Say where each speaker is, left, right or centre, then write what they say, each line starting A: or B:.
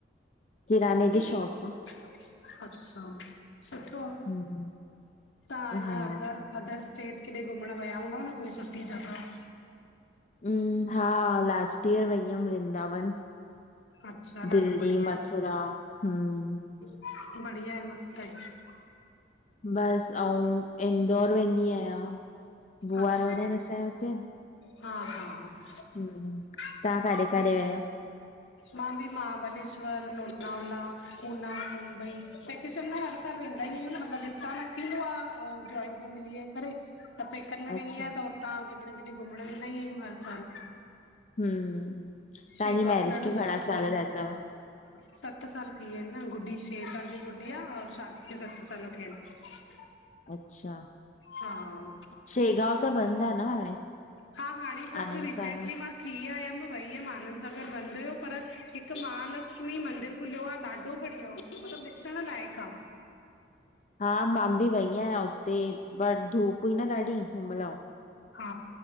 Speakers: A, on the left; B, on the left.
A: किराने जी
B: <unintelligible>
A: शॉप आहे?
B: अच्छा, सुठो आ
A: हम्म,
B: तव्हां
A: हा,
B: हिन अदर अदरस सेट किथे घुमण विया हूंदव न कोई सुठी जॻह
A: हम्म, हा लास्ट ईयर वई हुअयमि वृन्ंदावन
B: अच्छा ॾाढो
A: दिल्ली,
B: बढ़िया
A: मथुरा
B: आहे
A: हम्म
B: <unintelligible> मस्तु आहे
A: बस, अउं इंदौर वेंदी आहियां बुआ
B: अच्छा
A: रहंदा आहिन असां हुते
B: हा हा हा
A: हम्म, तव्हां काॾे काॾे विया आहियो?
B: मां बि महाबलेश्वर, लोना उल्हास, पूना, मुंबई वेकेशन में हर सालु वेंदा ई आहियूं न मतलब हितां न थींदो आ जॉइंट फैमिली आहे करे त पेकनि में
A: अच्छा
B: वेंदी आहियां त हुतां केॾे न केॾे घुमणु वेंदा ई आहियूं हर साल
A: हम्म
B: शेगवा
A: तव्हांजी मैरिज
B: बि ॾाढो
A: खे घणा
B: सुठो
A: साल थिया अथव?
B: सत साल थी विया आहिनि न गुड्डी छह साल जी गुडिया और शादी में सत साल थिया आहिन
A: अच्छा,
B: हा
A: शेगांव त बंदि आहे न हाणे,
B: हा हाणे जस्ट
A: आनंद
B: रिसेंटली
A: सागर?
B: मां थी आयम मां वई हुयम आनंद सां घर बंदि हुओ पर हिकु महालक्ष्मी मंदिर खुलियो आहे ॾाढो बढ़िया हो मतलब ॾिसण लायक आ
A: हा, मां बि वई आयां उते बट धूप हुई न ॾाढी हुन महल
B: हा,